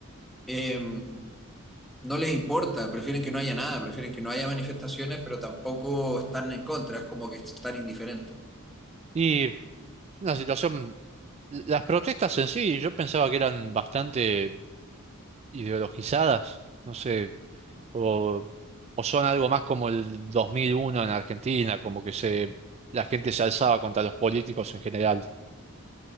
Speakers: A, in the centre; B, on the right.
A: eh, no les importa, prefieren que no haya nada, prefieren que no haya manifestaciones, pero tampoco están en contra, es como que están indiferentes.
B: Y la situación, las protestas en sí, yo pensaba que eran bastante ideologizadas, no sé, o, o son algo más como el 2001 en Argentina, como que se, la gente se alzaba contra los políticos en general.